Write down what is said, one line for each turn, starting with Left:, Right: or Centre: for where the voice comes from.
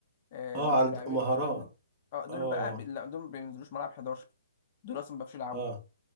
Left: آه،
Right: اه
Left: بيبقوا
Right: عند
Left: لاعبين
Right: مهارات
Left: اه دول
Right: اه
Left: بقى بي- لا دول ما بينزلوش ملعب 11 دول اصلا ما بيعرفوش يلعبوا
Right: اه